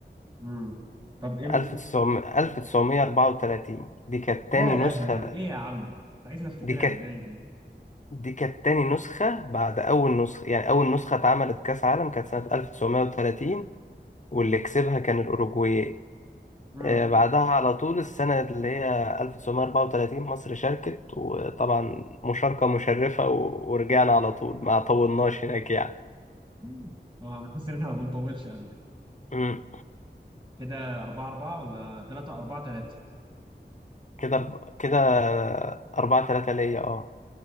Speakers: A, on the right; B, on the left.
A: امم طب امتى
B: 1900 1934 دي كانت
A: يا
B: تاني
A: لهوي
B: نسخة
A: ايه يا عم انت عايزني افتكرها
B: دي كانت
A: ازاي دي
B: دي كانت تاني نسخة بعد أول نسخة يعني أول نسخة اتعملت كأس عالم كانت سنة 1930 واللي كسبها كان الأوروجواي
A: امم
B: آه، بعدها على طول السنة اللي هي 1934 مصر شاركت وطبعا مشاركة مشرفة و- ورجعنا على طول ما طولناش هناك يعني
A: <laughs> طبعا بحس ان احنا ما بنطولش ابدا
B: مم.
A: كده 4 4 ولا 3 4 3
B: كده أرب- كده أربعة تلاتة ليا اه